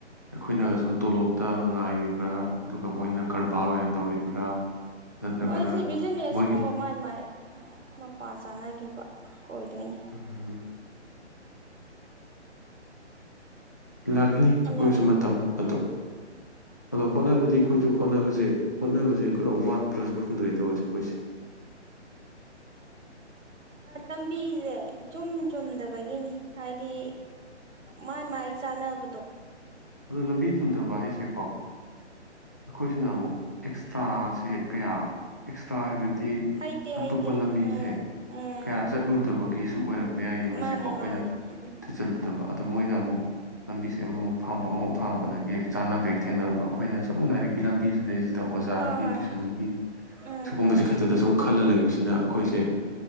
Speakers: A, on the left; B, on the right.
A: ꯑꯩꯈꯣꯏꯅ ꯁꯨꯝ ꯇꯣꯂꯣꯞ ꯇ ꯉꯥꯏꯔꯤꯕ꯭ꯔꯥ ꯑꯗꯨꯒ ꯃꯣꯏꯅ ꯀꯔꯕꯥꯔ ꯑꯣꯏꯅ ꯇꯧꯔꯤꯕ꯭ꯔꯥ ꯅꯠꯇ꯭ꯔꯒꯅ
B: ꯍꯣꯏ ꯁꯤ ꯕꯤꯖꯤꯅꯦꯁ
A: ꯃꯣꯏꯒꯤ
B: ꯀꯨꯝꯕ ꯃꯥꯏ ꯃꯥꯏ ꯃꯄꯥ ꯆꯥꯅꯈꯤꯕ ꯑꯣꯏꯗꯣꯏꯅꯤ <inaudible>
A: ꯎꯝ ꯂꯥꯛꯈꯤꯅꯤ ꯑꯩꯈꯣꯏꯒꯤꯁꯨ
B: ꯌꯥꯝ ꯌꯥꯝ
A: ꯃꯇꯝ ꯑꯗꯣ ꯑꯗꯣ ꯍꯣꯠꯅꯕꯗꯤ ꯑꯩꯈꯣꯢ ꯍꯣꯠꯅꯕꯁꯦ ꯍꯣꯠꯅꯕꯁꯦ ꯈꯔ ꯋꯥꯠꯄ꯭ꯔꯁꯨ ꯈꯪꯗ꯭ꯔꯦ ꯇꯧꯔꯤꯁꯦ ꯑꯩꯈꯣꯏꯁꯦ
B: ꯂꯝꯕꯤꯁꯦ ꯏꯆꯨꯝ ꯆꯨꯝꯗꯕꯒꯤꯅꯤ ꯍꯥꯏꯗꯤ ꯃꯥꯏ ꯃꯥꯏ ꯆꯥꯟꯅꯕꯗꯣ
A: ꯑꯗꯣ ꯂꯝꯕꯤ ꯆꯨꯝꯗꯕ ꯍꯥꯏꯁꯦꯀꯣ ꯑꯩꯈꯣꯏꯁꯤꯅ ꯑꯃꯨꯛ ꯑꯦꯛꯁꯇ꯭ꯔꯥꯁꯦ ꯀꯌꯥ ꯑꯦꯛꯁꯇ꯭ꯔꯥ ꯍꯥꯏꯕꯗꯤ ꯗꯤ
B: ꯍꯩꯇꯦ
A: ꯑꯇꯣꯞꯄ
B: ꯍꯩꯇꯦ
A: ꯂꯝꯕꯤꯁꯦ
B: ꯎꯝ ꯎꯝ
A: ꯀꯌꯥ ꯆꯠꯂꯨꯗꯕꯒꯤꯁꯨ ꯑꯣꯏꯔꯝꯕ ꯌꯥꯏꯌꯦ ꯃꯁꯤꯀꯣ
B: ꯃꯥꯅꯦ
A: ꯑꯩꯈꯣꯏꯅ
B: ꯃꯥꯅꯦ ꯎꯝ
A: ꯊꯤꯖꯤꯜꯂꯨꯗꯕ ꯑꯗꯣ ꯃꯣꯏꯅ ꯑꯃꯨꯛ ꯂꯝꯕꯤꯁꯦ ꯑꯃꯃꯝ ꯐꯪꯐꯝ ꯑꯃꯃꯥꯎ ꯐꯪꯕꯗꯨꯗꯒꯤ ꯆꯥꯅꯕ ꯍꯦꯛ ꯊꯦꯡꯅꯔꯨꯕ ꯑꯩꯈꯣꯏꯅ ꯁꯨꯝ ꯂꯥꯏꯔꯤꯛ ꯂꯝꯕꯤ ꯁꯤꯗꯩꯁꯤꯗ ꯑꯣꯖꯥꯒꯤ
B: ꯍꯣꯏ ꯍꯣꯏ
A: ꯇꯨꯋꯏꯁꯟꯒꯤ
B: ꯎꯝ
A: ꯁꯤꯒꯨꯝꯕꯁꯦ ꯈꯛꯇꯗ ꯁꯨꯝ ꯈꯜꯂ ꯂꯩꯕꯁꯤꯅ ꯑꯩꯈꯣꯏꯁꯦ